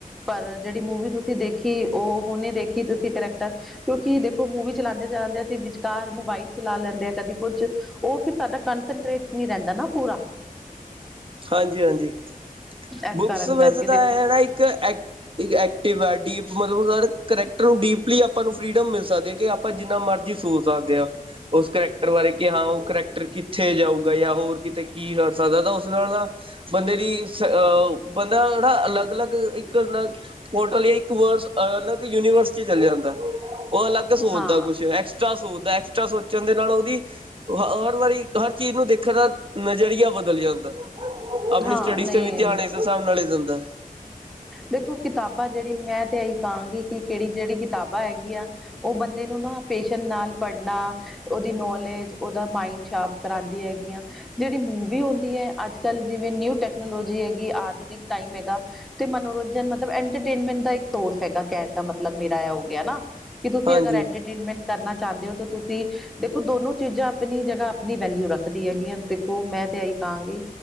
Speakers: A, in the centre; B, on the right.
A: ਪਰ ਜਿਹੜੀ ਮੂਵੀ ਤੁਸੀਂ ਦੇਖੀ ਉਹ ਹੁਨੇ ਦੇਖੀ ਤੁਸੀਂ ਕਰੈਕਟਰ ਕਿਉਂਕਿ ਦੇਖੋ ਮੂਵੀ ਚਲਾਉਂਦੇ ਜਾਂਦੇ ਸੀਸੀ ਵਿਚਕਾਰ ਮੋਬਾਈਲ ਚਲਾ ਲੈਂਦੇ ਆ ਕਦੇ ਕੁਛ ਉਹ ਫਿਰ ਸਾਡਾ ਕੰਸਟਰੇਟ ਨਹੀਂ ਰਹਿੰਦਾ ਨਾ ਪੂਰਾ <inaudible>
B: ਹਾਂਜੀ ਹਾਂਜੀ
A: ਇਸ
B: ਬੁੱਕਸ
A: ਕਾਰਨ ਕਰਕੇ
B: ਵੈਸੇ ਤਾਂ
A: ਦੇਖੋ
B: ਹੈ ਨਾ ਇੱਕ ਐਕਟਿਵ ਆ ਡੀਪ ਮਤਲਬ ਹਰ ਕਰੈਕਟਰ ਨੂੰ ਡੀਪਲੀ ਆਪਾਂ ਨੂੰ ਫਰੀਡਮ ਮਿਲ ਸਕਦੀ ਹੈ, ਕਿ ਆਪਾਂ ਜਿੰਨਾ ਮਰਜ਼ੀ ਸੋਚ ਸਕਦੇ ਹਾਂ। ਉਸ ਕਰੈਕਟਰ ਬਾਰੇ, ਕਿ ਹਾਂ ਉਹ ਕਰੈਕਟਰ ਕ ਕਿੱਥੇ ਜਾਊਗਾ? ਜਾਂ ਹੋਰ ਕਿਤੇ ਕੀ ਕਰ ਸਕਦਾ, ਤਾਂ ਉਸ ਨਾਲ ਨਾ ਬੰਦੇ ਦੀ ਅਹ ਬੰਦਾ ਜੇੜਾ ਅਲੱਗ-ਅਲੱਗ ਇੱਕ ਪੋਰਟਲ ਜਾਂ ਇੱਕ ਵਰਲ ਯੂਨੀਵਰਸ ਚ ਚੱਲ ਜਾਂਦਾ। ਉਹ ਅਲੱਗ ਸੋਚਦਾ
A: ਹਾਂ
B: ਕੁਛ ਐਕਸਟਰਾ ਸੋਚਦਾ, ਐਕਸਟਰਾ ਸੋਚਣ ਦੇ ਨਾਲ ਉਹਦੀ ਹ ਹਰ ਵਾਰੀ ਹਰ ਚੀਜ਼ ਨੂੰ ਦੇਖਣ ਦਾ ਨਜ਼ਰੀਆ ਬਦਲ ਜਾਂਦਾ। ਆਪਣੀ
A: ਹਾਂ
B: ਸਟੱਡੀਜ਼
A: ਨਹੀਂ
B: ਤੇ ਵੀ ਧਿਆਨ ਇਸ ਹਿਸਾਬ ਨਾਲ ਹੀ ਦਿੰਦਾ।
A: ਦੇਖੋ ਕਿਤਾਬਾਂ ਜਿਹੜੀ ਮੈਂ ਤੇ ਇਹੀ ਕਹਾਂਗੀ, ਕਿ ਕਿਹੜੀ ਜਿਹੜੀ ਕਿਤਾਬਾਂ ਹੈਗੀਆਂ ਉਹ ਬੰਦੇ ਨੂੰ ਨਾ ਪੇਸ਼ਨ ਨਾਲ ਪੜ੍ਹਨਾ ਉਹਦੀ ਨੌਲੇਜ ਉਹਦਾ ਮਾਈੰਡ, ਸ਼ਾਪ ਕਰਾਦੀ ਹੈਗੀਆਂ ਜਿਹੜੀ ਮੂਵੀ ਹੁੰਦੀ ਐ, ਅੱਜ-ਕੱਲ੍ਹ ਜਿਵੇਂ ਨਿਊ ਟੈਕਨੋਲੋਜੀ ਹੈਗੀ ਆਧੁਨਿਕ ਟਾਈਮ ਹੈਗਾ। ਤੇ ਮਨੋਰੰਜਨ ਮਤਲਬ ਐੰਟਰਟੇਨਮੈਂਟ ਦਾ ਇੱਕ ਸੋਰਸ ਹੈਗਾ, ਕਹਿਣ ਦਾ ਮਤਲਬ ਮੇਰਾ ਐ ਹੋ ਗਿਆ ਨਾ। ਕਿ ਤੁਸੀਂ
B: ਹਾਂਜੀ
A: ਅਗਰ ਐੰਟਰਟੇਨਮੈਂਟ, ਕਰਨਾ ਚਾਹੁੰਦੇ ਹੋ, ਤਾਂ ਤੁਸੀਂ ਦੇਖੋ ਦੋਨੋ ਚੀਜ਼ਾਂ ਆਪਣੀ ਜਗ੍ਹਾ ਆਪਣੀ ਵੈਲਿਊ ਰੱਖਦੀ ਹੈਗੀਆਂ ਦੇਖੋ ਮੈਂ, ਤੇ ਆਈ ਕਹਾਂਗੇ,